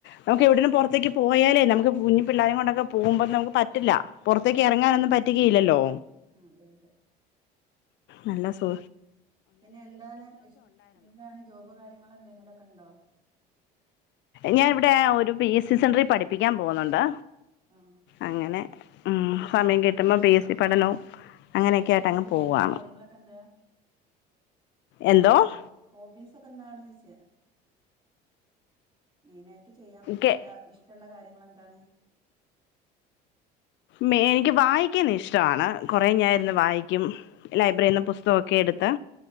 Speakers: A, on the left; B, on the right.
A: നമുക്ക് എവിടേലും പൊറത്തേക്ക് പോയാലേ നമുക്ക് കുഞ്ഞു പിള്ളേരേ കൊണ്ടൊക്കെ പോകുമ്പോ നമുക്ക് പറ്റില്ല- പുറത്തേക്ക് ഇറങ്ങാനൊന്നും പറ്റുകയില്ലല്ലോ
B: ആഹ് അതെ അതെ-
A: നല്ല സോ
B: പിന്നെ എന്താണ് വിശ് എന്താണ് ജോബ് കാര്യങ്ങൾ എന്തെങ്കിലുമൊക്കെ ഉണ്ടോ
A: ഞാൻ ഇവിടെ ഒരു പി എസ് സി സെന്ററിൽ പഠിപ്പിക്കാൻ പോകുന്നുണ്ട്
B: ആഹ്
A: അങ്ങനെ മ് സമയം കിട്ടുമ്പോ പി എസ് സി പഠനവും അങ്ങനെയൊക്കെയായിട്ട്
B: മെയിനായിട്ട്
A: അങ്ങ് പോവാ
B: ഹോബി കാര്യങ്ങളൊക്കെ എന്താ
A: എന്തോ-
B: ഓബീസ് ഒക്കെ എന്താരാണെന്ന്ചോയ്ച്ച- മെയിനായിട്ട് ചെയ്യാൻ പറ്റി
A: കെ
B: എന്താ ഇഷ്ടമുള്ള കാര്യങ്ങൾ എന്താണ്
A: മേ എനിക്ക് വായിക്കൻ ഇഷ്ട്ട ആണ് കൊറേ ഞാനിരുന്ന് വായിക്കും ലൈബ്രറിന്ന് പുസ്തകൊക്കെ എട്ത്ത്